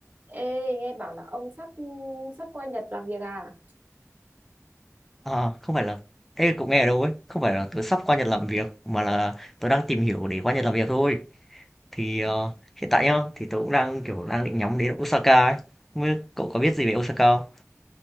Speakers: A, on the right; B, in the centre.
A: Ê, nghe bảo là ông sắp sắp qua Nhật làm việc à?
B: Ờ, không phải là Ê, cậu nghe ở đâu ấy? Không phải là tớ sắp qua Nhật làm việc mà là tớ đang tìm hiểu để qua Nhật làm việc thôi. Thì ờ, hiện tại nhá, thì tớ cũng đang kiểu đang định nhắm đến Osaka ấy. Không biết cậu có biết gì về Osaka không?